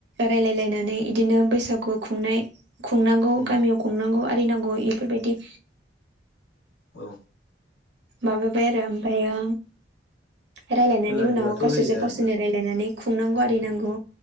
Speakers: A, on the right; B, on the left.
A: रायलायलायनानै इदिनो बैसागु खुंनाय खुंनांगौ
B: उम
A: गामियाव खुंनांगौ आरिनांगौ इफोरबायदि
B: औ
A: माबाबाय आरो ओमफ्रायो रायलायनायनि
B: खेला
A: उनाव
B: दुलाथ'
A: गावसोरजों
B: होयो दा
A: गावसोरनो
B: आरोना
A: रायलायनानै खुंनांगौ आरिनांगौ
B: उम